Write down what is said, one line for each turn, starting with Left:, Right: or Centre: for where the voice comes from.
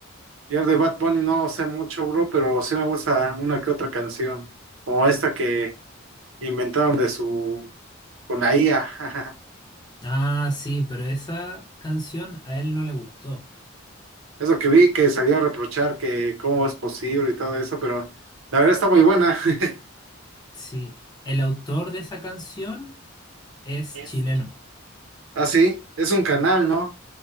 Right: Yo de Bad Bunny no sé mucho, bro, pero sí me gusta una que otra canción, como esta que inventaron de su, con la IA. <laughs>
Left: Ah, sí, pero esa canción a él no le gustó.
Right: Eso que vi que salió a reprochar que cómo es posible y todo eso, pero la verdad está muy buena. <laughs>
Left: Sí, el autor de esa canción es
Right: Yes.
Left: chileno.
Right: Ah, sí, es un canal, ¿no?